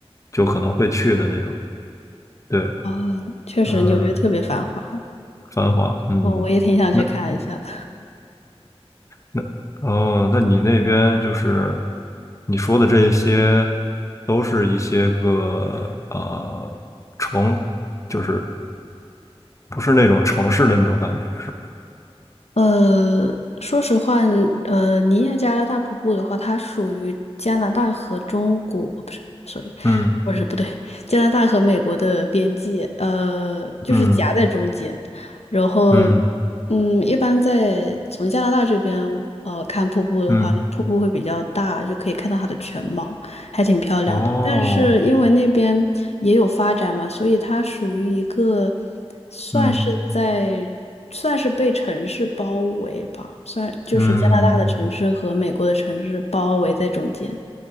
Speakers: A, on the left (about 30°); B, on the left (about 85°).
A: 就可能会去的那种。对，
B: 哦，确实纽约特别繁华，
A: 嗯，繁华，嗯，
B: 我我也挺想去看一下的。
A: 那那哦，那你那边就是你说的这些，都是一些个啊呃城，就是不是那种城市的那种感觉，是吧？
B: 呃，说实话，呃，尼亚加拉大瀑布的话，它属于加拿大和中国，哦不是所以
A: 嗯
B: 不是，不对，加拿大和美国的边界，呃，就是夹在中间。
A: 嗯
B: 然后，
A: 嗯
B: 嗯，一般在从加拿大这边，呃，看瀑布的话，
A: 嗯，
B: 瀑布会比较大，就可以看到它的全貌。还挺漂亮的。
A: 哦。
B: 但是因为那边也有发展嘛，所以它属于一个算是在算是被城市包围吧，
A: 嗯。
B: 算就是加拿大的城市和美国的城市包围在中间。
A: 嗯